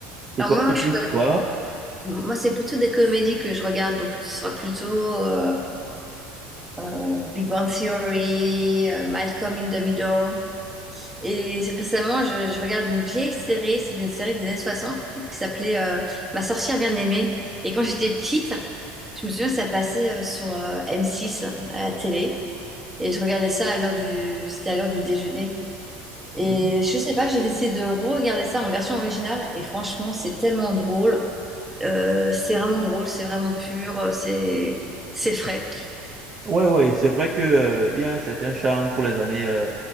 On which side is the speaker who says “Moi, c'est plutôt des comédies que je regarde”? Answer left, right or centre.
Centre